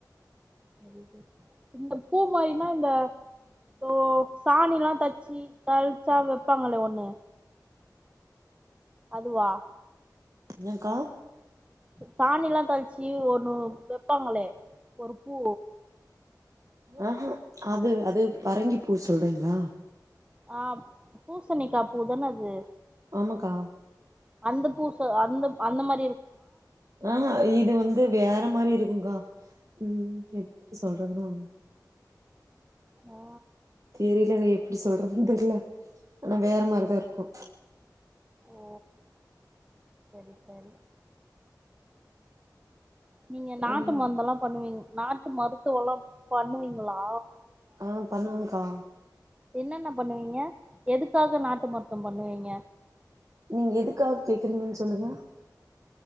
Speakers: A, on the right (about 15°); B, on the right (about 45°).
A: நறைய பேரு இந்த பூ மாரினா இந்த ஓ சாணிலா தச்சு தழ்ச்சா வெப் பாங்களே ஒன்னு அதுவா
B: ஏங்க்கா
A: சாணிலா தொழ்ச்சி ஒன்னு வெப்பாங்களே ஒரு பூ
B: ஆஹ அது அது பரங்கி பூ சொல்றீங்ளா
A: ஆ பூசணிக்கா பூதான அது
B: மாங்க்கா
A: அந்த பூ ச அந்தப் அந்த மா
B: ஆஹ இது வந்து வேறம் மாரி இருக்கூங்கா ம் எப்டி சொல்றதுனா
A: ஆ
B: தெரிலவே எப்டி சொல்றதுன் தெர்ல ஆனா வேற மாரிதாருக்கூ
A: ஓ செரி சரி நீங்க நாட்டு
B: ம்
A: மருந்தல்லா பண்ணுவீங் நாட்டு மருத்துவொல்லா பண்ணுவீங்குளா
B: ஆ பண்ணுவங்க்கா
A: என்னென்ன பண்ணுவீங்க எதுக்காக நாட்டு மருத்துவோ பண்ணுவீங்க
B: நீங்க எதுக்காக கேக்குறீங்கன் சொல்லுங்க